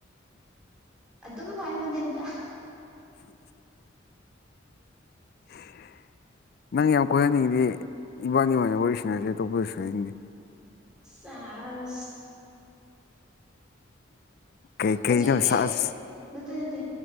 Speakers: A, in the centre; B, on the left.
A: ꯑꯗꯨ ꯄꯥꯏ ꯕꯅꯤꯗ
B: <inaudible> ꯅꯪ ꯌꯥꯝ ꯀꯣꯏꯍꯟꯅꯤꯡꯉꯤꯗꯤ ꯏꯕꯥꯅꯤ ꯑꯣꯏꯅ ꯋꯥꯔꯤ ꯁꯟꯅꯁꯦ ꯑꯇꯣꯞꯄꯗꯁꯨꯅꯤꯡꯗꯦ
A: ꯁꯥꯏ
B: ꯀꯩ ꯀꯩꯅꯣ
A: ꯍꯧꯖꯤꯛꯇꯤ
B: ꯁꯥꯁ
A: ꯅꯠꯇꯦ